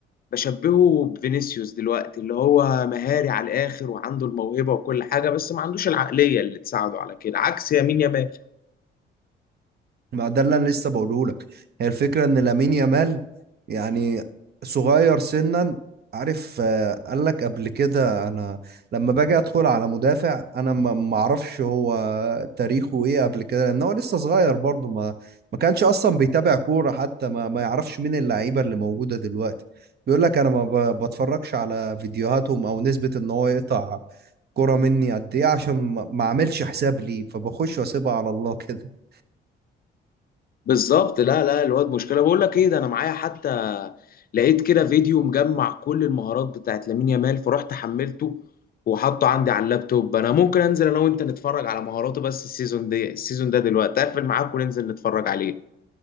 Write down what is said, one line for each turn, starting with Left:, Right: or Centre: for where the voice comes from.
Left: بشبهه بفينيسيوس دلوقتي اللي هو مهاري على الاخر وعنده الموهبه وكل حاجه بس ما عندوش العقليه اللي تساعده على كده عكس يمين يامال
Right: ما ده اللي انا لسه بقوله لك هي الفكره ان لامين يامال يعني صغير سنا عارف آه، قال لك قبل كده انا لما باجي ادخل على مدافع انا ما ما اعرفش هو تاريخه ايه قبل كده لان هو لسه صغير برضه ما ما كانش اصلا بيتابع كوره حتى ما ما يعرفش مين اللعيبه اللي موجوده دلوقتي بيقول لك انا ما ب- بتفرجش على فيديوهاتهم او نسبه ان هو يقطع كوره مني قد ايه عشان ما ما اعملش حساب ليه فبخش واسيبها على الله <laughs> كده
Left: بالظبط لا لا الواد مشكله بقول لك ايه ده انا معايا حتى لقيت كده فيديو مجمع كل المهارات بتاعت لامين يامال فرحت حملته وحطه عندي على اللابتوب انا ممكن انزل انا وانت نتفرج على مهاراته بس السيزون ده السيزون ده دلوقتي اقفل معاك وننزل نتفرج عليه